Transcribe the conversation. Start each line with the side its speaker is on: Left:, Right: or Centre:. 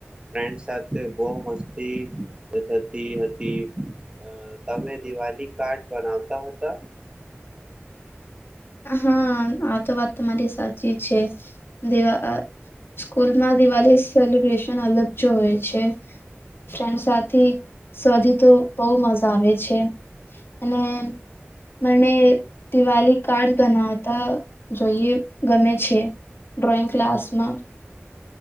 Right: ફ્રેન્ડ્સ સાથે બઉ મસ્તી થતી હતી અ તમે દિવાલી કાર્ડ બનાવતા હતા.
Left: હા આ તો વાત તમારી સાચી છે દિવા અ સ્કૂલમાં દિવાળી સેલિબ્રેશન અલગ જોએ છે ફ્રેન્ડ સાથે શોધી તો બઉ મજા આવે છે અને મને દિવાળી કાર્ડ બનાવતા જોઈએ ગમે છે ડ્રોઈંગ ક્લાસમાં